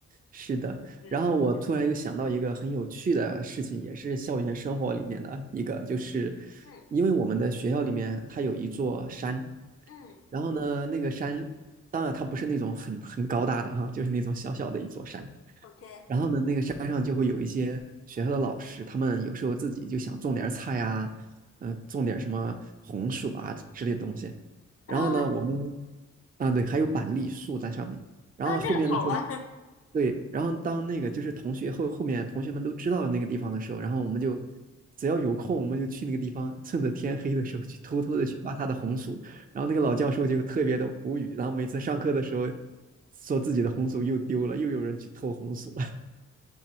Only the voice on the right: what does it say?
是的。
然后我突然又想到一个很有趣的事情，也是校园生活里面的一个，就是
因为我们的学校里面它有一座山，
然后呢，那个山，当然它不是那种很很高大的哈，就是那种小小的一座山，
然后呢，那个山上就会有一些学校的老师，他们有时候自己就想种点菜啊，嗯、种点什么红薯啊之类的东西。
然后呢，我们啊，对，还有板栗树在上面。然后后面的时候，
对，然后当那个就是同学后后面同学们都知道那个地方的时候，然后我们就只要有空，我们就去那个地方，趁着天黑的时候去偷偷的去挖他的红薯。然后那个老教授就特别的无语，然后每次上课的时候说自己的红薯又丢了，又有人去偷红薯。